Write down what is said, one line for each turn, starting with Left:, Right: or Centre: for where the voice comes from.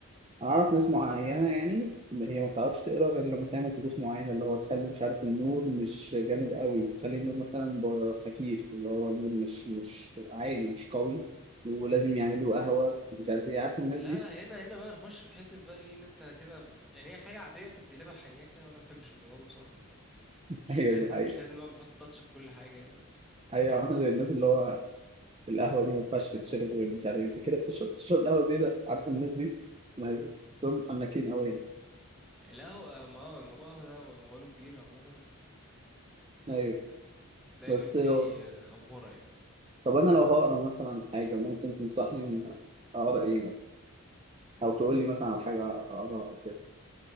Right: انا اعرف ناس معينه يعني هي ما بتعرفش تقرا غير لما تعمل طقوس معينه اللي هو تخلي مش عارف النور مش جامد قوي تخلي النور مثلا ب- خفيف اللي هو النور مش مش عالي مش قوي ولازم يعملوا قهوه مش عارف ايه عارف الناس
Centre: لا
Right: دي
Centre: لا هنا هنا بقى نخش في حته بقى ايه ان انت كده يعني هي حاجه عاديه انت بتقلبها حنيكه وانا ما بحبش الموضوع ده بصراحه مش
Right: ايوه
Centre: لازم
Right: دي حقيقة
Centre: مش لازم نقعد نحط تاتش في كل حاجه يعني
Right: ايوه انا زي الناس اللي هو القهوة دي ما ينفعش تتشرب غير مش عارف إيه. انت كده بتشرب بتشرب القهوة زيادة عارف الناس دي ناس- بحسهم محنكين قوي يعني
Centre: القهوه ما هو الموضوع القهوه ده موضوع كبير عامه
Right: ايوه
Centre: ودايما
Right: بس
Centre: فيه
Right: هو-
Centre: افوره يعني
Right: طب انا لو هقرا مثلا حاجة ممكن تنصحني من اقرا ايه مثلا او تقول لي مثلا على حاجة اقراها او كده